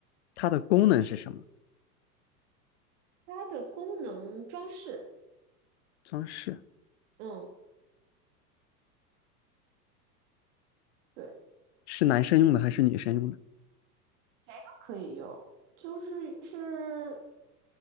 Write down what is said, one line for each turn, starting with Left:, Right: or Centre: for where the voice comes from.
Left: 它的功能是什么？
Right: 它的功能装饰，
Left: 装饰。
Right: 嗯，对，
Left: 是男生用的还是女生用的？
Right: 谁都可以用，就是是，